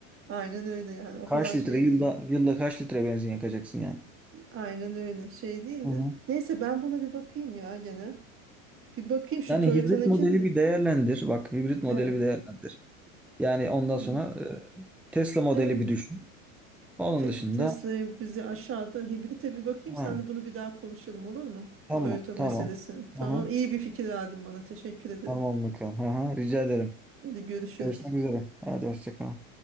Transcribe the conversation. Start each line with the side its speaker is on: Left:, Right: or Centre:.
Right: aynen öyle yani. O
Centre: Kaç
Right: kadar şey
Centre: litre yılda
Right: değil.
Centre: yılda kaç litre benzin yakacaksın yani?
Right: Aynen öyle şey değildi.
Centre: Hı hı.
Right: Neyse ben buna bir bakayım ya gene. Bir bakayım şu
Centre: Yani
Right: Toyota'nınkini
Centre: hibrit modeli
Right: de.
Centre: bir değerlendir. Bak hibrit
Right: Evet.
Centre: modeli bir değerlendir. Yani ondan
Right: Hmm.
Centre: sonra e, Tesla modeli
Right: Evet.
Centre: bir düşün. Onun
Right: Te-
Centre: dışında
Right: Tesla'ya bizi aşağıda hibrite bir bakayım.
Centre: ha,
Right: Sen de bunu bir daha konuşalım olur mu?
Centre: tamam
Right: Toyota
Centre: tamam.
Right: meselesini. Tamam
Centre: Aha,
Right: iyi bir fikir verdin bana. Teşekkür ederim.
Centre: tamam bakalım. Aha, rica ederim.
Right: Hadi görüşürüz.
Centre: Görüşmek üzere. Hadi hoşça kal.